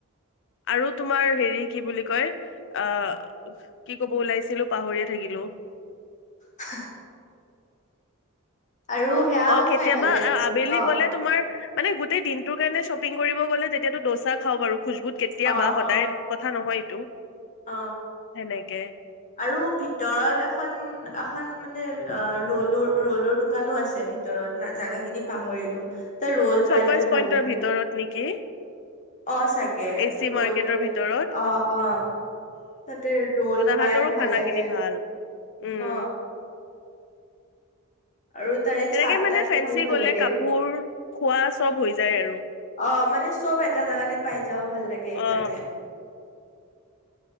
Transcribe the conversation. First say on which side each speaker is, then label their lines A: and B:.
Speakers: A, on the left (about 60°); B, on the left (about 35°).
A: আৰু তোমাৰ হেৰি কি বুলি কয় আহ কি কব ওলাইছিলো পাহৰিয়ে থাকিলো
B: হ আৰু সেয়াও
A: অ কেতিয়াবা
B: খাই ভাল লাগে
A: আবেলি
B: অ
A: গ'লে
B: অ
A: তোমাৰ মানে গোটেই দিনটোৰ কাৰণে শ্বপিং কৰিব গ'লে তেতিয়াাতটো দোচা খাওঁ বাৰু খোজবুত কেতিয়াাব
B: অ
A: বা সদায়
B: অ
A: কথা নহয় তটো
B: অ
A: সেনেকে
B: আৰু ভিতৰত এখন এখন মানে ৰল ৰলৰ দোকানো আছে ভিতৰত ন জাগা খিনি পাহৰিলো তাৰ ৰোল
A: শ্বপাৰ্চ
B: পাইৰাতে ভাল
A: পইন্টৰ
B: লাগে
A: ভিতৰত
B: আৰু
A: নেকি
B: অ চাগে
A: এ চি
B: ৰল
A: মাৰ্কেটৰ
B: তাতে
A: ভিতৰত
B: অ অ তাতে ৰল
A: ভাতৰো
B: পাই ভাল
A: খানা
B: লাগে
A: খিনি ভাল উম
B: অ আৰু তাৰে
A: এনেকে
B: চাত
A: মানে
B: তাত
A: ফেঞ্চি
B: খাই ভাল
A: গলে
B: লাগে
A: কাপোৰ খোৱা চব হৈ যায় আৰু
B: অ মানে চব এটা জাগাতে পাই যাও ভাল লাগে এইকাৰণে
A: অ